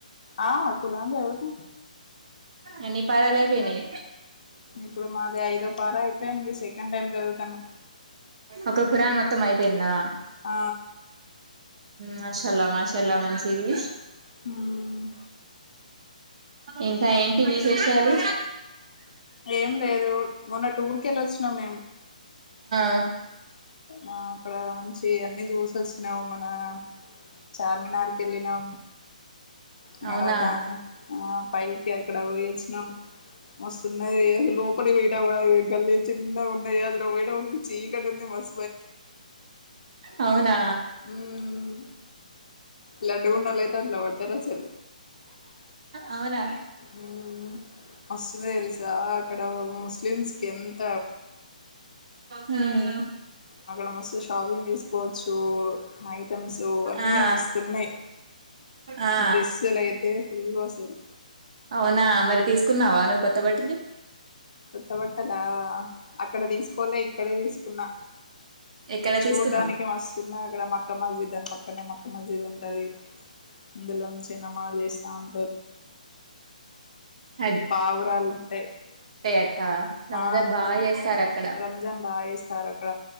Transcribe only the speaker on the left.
ఆ కురాన్ చదువుతాం.
ఇప్పుడు మాది ఐదో పార్ అయిపోయింది. సెకండ్ టైమ్ చదువుతము
ఆ
హ్మ్
ఏం లేదు మొన్న టూర్ కి ఎళ్లి వచ్చినాం. మేం
ఆ ఇక్కడ ఉంచి ఈయన్ని రూల్స్ వచినావ్ మా ఆ చార్మినార్కి ఎళ్ళినాం. అక్కడ
దాని పైకి అక్కడ పోయిచ్చినాం. మస్తున్నది లోపట పోయిన కూడా గల్లీ చిన్నగా అందులో పోయేటప్పుడు చీకటి ఇక్కడ మస్త్
మ్మ్ లడ్డుగుండలేత అట్లవా తైరు అసలు
మ్మ మస్తుంది తెలుసా అక్కడ ముస్లిమ్స్ కి ఎంత
అక్కడ మస్తు షాపింగ్ చేసుకోవచ్చు ఐటమ్స్ అన్ని
మస్తున్నాయి
డ్రెస్సులు అయితే ఫుల్ అసలు
కొత్త బట్టలా అక్కడ తీసుకోలే ఇక్కడే తీసుకున్నా
చూడ్డానికి
మస్తు ఉన్ మాక్కడ మక్కమ్ మాసీద్ద పక్ అక్కనే మక్క మస్జీద్ ఉంటది. అందులోంచిన్నమాజ్ చేసి ఔన్
పావురాలుంటే
ఆ
రంజాన్ బాగా చేస్తారు అక్కడ